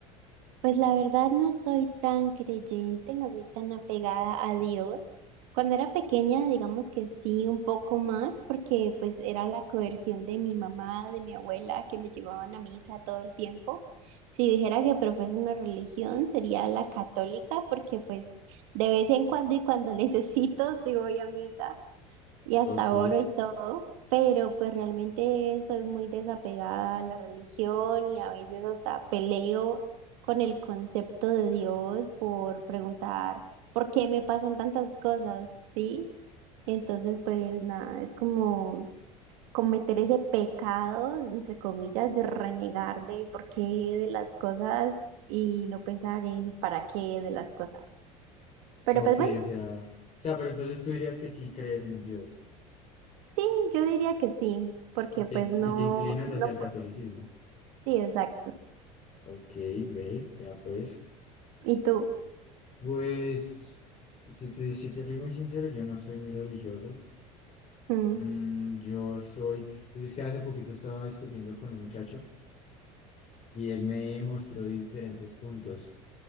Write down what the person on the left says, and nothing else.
Ok,
ok,
o sea, o sea, pero entonces tú dirías que sí crees en un Dios
y te,
in-
y te inclinas
hacia el catolicismo.
Ok, ve, ya pues.
Pues, si te, si te soy muy sincero, yo no soy muy religioso.
Mm, yo soy, pues es que hace poquito estaba discutiendo con un muchacho y él me mostró diferentes puntos,